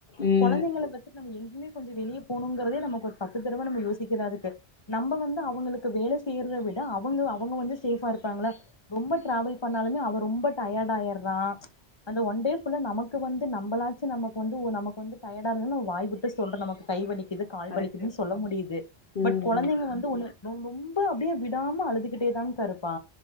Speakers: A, on the left; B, on the left.
A: ம்.
B: கொழந்தைங்கள பத்தி விட்டுட்டு நம்ம எங்கேமே கொஞ்சோ வெளிய போனுங்கிறத நமக்கு ஒரு பத்து தடவ நம்ம யோசிக்ரதா இருக்கு நம்ம வந்து அவங்களுக்கு வேல செய்யறத விட அவங்க அவங் அவங்க வந்து சேஃபா இருப்பாங்களா ரொம்ப டிராவல் பண்ணாலுமே அவ ரொம்ப டயர்ட் ஆகிறான் ச்சு அந்த ஓன்டே ஃபுல்லா நமக்கு வந்து நம்மளாச்சு நமக்கு வந்து ஓ நமக்கு வந்து டயடா இல்லனு வாய் விட்டு சொல்ற நமக்கு கை வலி க்குது கால்
A: கரெக்ட்டு.
B: வலிக்குதுன்னு சொல்ல முடியுது
A: ம்.
B: பட் கொழந்தைங்க
A: ம்.
B: வந்து ஒன்னு ரொ ரொம்ப அப்படியே விடாம அழுதுக் கிட்டே தான்ங்கா இருப்பா